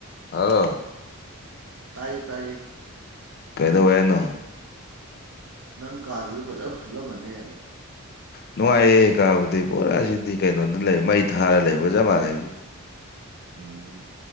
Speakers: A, on the left (about 45°); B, on the right (about 80°).
A: ꯍꯜꯂꯣ
B: ꯇꯥꯌꯦ ꯇꯥꯌꯦ
A: ꯀꯩꯗꯧꯋꯦ ꯍꯥꯏꯅꯣ
B: ꯅꯪ ꯀꯥꯗꯨꯁꯨ ꯐꯖ ꯐꯨꯠꯂꯝꯃꯅꯦꯕ
A: ꯅꯨꯡꯉꯥꯏꯌꯦ ꯀꯥꯕꯨꯗꯤ ꯄꯨꯔꯥ ꯁꯤꯗꯤ ꯀꯩꯅꯣꯗ ꯂꯩ ꯃꯩ ꯊꯥꯔ ꯂꯩꯕꯒ ꯆꯞ ꯃꯥꯟꯅꯩꯕꯣ
B: ꯎꯝ